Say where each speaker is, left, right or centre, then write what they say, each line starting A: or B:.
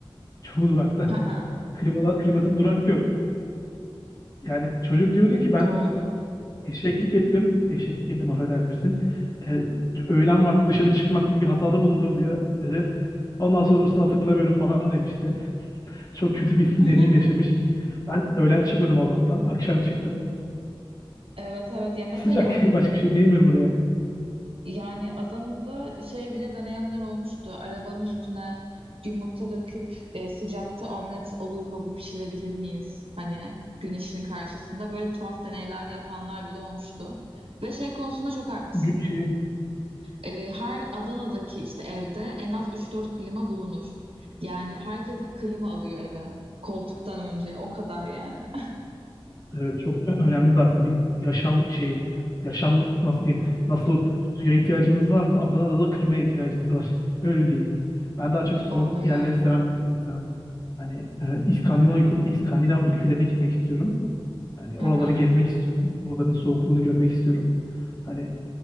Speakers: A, on the left; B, on the right.
A: Çoğu durakta.
B: Haha,
A: <laughs> Klimalar, klimasız durak yok. Yani çocuk diyordu ki ben
B: doğru.
A: eşeklik ettim. Eşeklik ettim affedersin. Ee, öğlen vakti dışarı çıkmak gibi bir hatada bulundum diye dedi. Ondan sonrasını hatırlamıyorum falan demişti. Çok kötü bir
B: <laughs>
A: <laughs> deneyim yaşamış. Ben öğlen çıkmadım Allah'tan. Akşam çıktım.
B: Evet evet ya mesela
A: Sıcak. <laughs> Başka bir şey diyemiyorum oraya.
B: Yani Adana'da şey bile deneyenler olmuştu. Arabanın üstüne yumurta döküp e, sıcakta omlet olur mu bu pişirebilir miyiz? Hani güneşin karşısında böyle tuhaf deneyler yapanlar bile olmuştu. Ve şey konusunda çok haklısın.
A: Gü- Şey,
B: E, her Adana'daki işte evde en az üç dört klima bulunur. Yani herkes bir klima alıyor eve. Koltuktan önce o kadar yani.
A: Evet çok ö- önemli zaten bir yaşam şeyi. Yaşam nasıl diyeyim? Nasıl suya ihtiyacımız varsa Adana'da da klimaya ihtiyacımız var. <laughs> Öyle diyeyim. Ben daha çok soğuk
B: <laughs> Vallahi
A: yerleri
B: öyle.
A: seven bir insanım. Hani e, İskandinav, ülke- İskandinav ülkelerine gitmek istiyorum. Hani
B: Hı
A: oraları
B: hı.
A: gezmek istiyorum. Oraların soğukluğunu görmek istiyorum. Hani